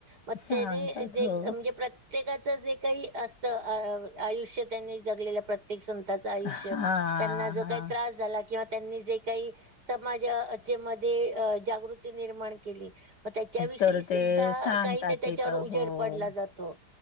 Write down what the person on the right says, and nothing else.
म
त्यानी जे,
म्हणजे प्र प्रत्येकाचं जे काही असतं, अ आयुष्य त्यांनी जगलेल्या, प्रत्येक संताच आयुष्य,
त्यांना जो
काही त्रास झाला किंवा त्यांनी जे काही, समाजा जे मध्ये, जागृती निर्माण केली. म त्याच्याविषयी
सुद्धा,
काहीत त्याच्यावर,
उजेड
पडला जातो.